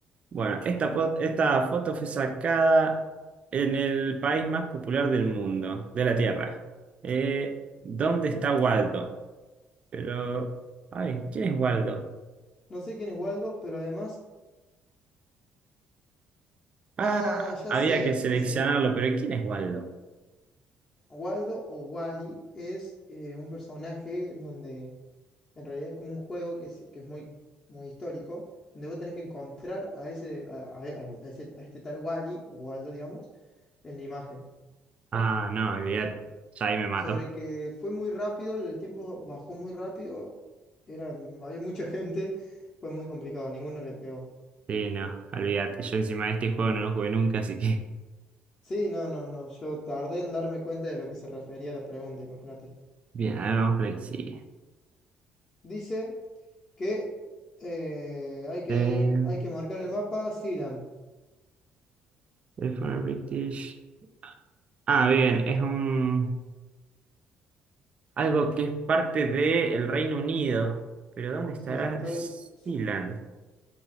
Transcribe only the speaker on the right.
Bueno, esta, po- esta foto fue sacada en el país más popular del mundo, de la Tierra. Eh, ¿dónde está Waldo? Pero, ay, ¿quién es Waldo?
Ah,
había
que seleccionarlo,
pero ¿quién es Waldo?
Ah, no, olvidate, ya ahí me mató.
Sí, no, olvídate. Yo encima de este juego no lo jugué nunca, así que.
<laughs> Bien, a ver, vamos con el que sigue.
Eh,
el British. Ah, bien, es un. Algo que es parte del Reino Unido. Pero ¿dónde estará
Sealand?